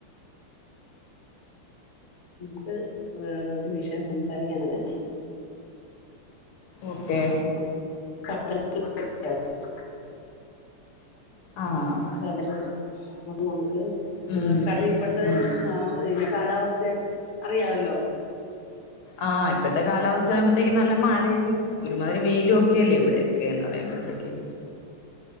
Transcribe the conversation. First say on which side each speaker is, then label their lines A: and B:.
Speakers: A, on the left (about 40°); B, on the left (about 80°).
A: നമുക്ക് ആഹ് ഒരു വിഷയം സംസാരിക്കാനാണ്.
B: ഓക്കേ.
A: <unintelligible> <unintelligible>
B: ആഹ്
A: കടലുണ്ട്. അപ്പൊ നമുക്ക്
B: ഉം
A: ഏഹ് കളി ഇപ്പഴ്ത്തെ
B: ഉം
A: പിന്നെ കാലാവസ്ഥേം അറിയാവല്ലോ
B: ആഹ് ഇപ്പഴ്ത്തെ കാലാവസ് ത്താനാവുമ്പോത്തേക്കും നല്ല മഴയും ഒരുമാതിരി വെയിലും ഒക്കെയല്ലേ ഇവിടെയൊക്കെ എന്ന് പറയുമ്പോ കളിക്കും.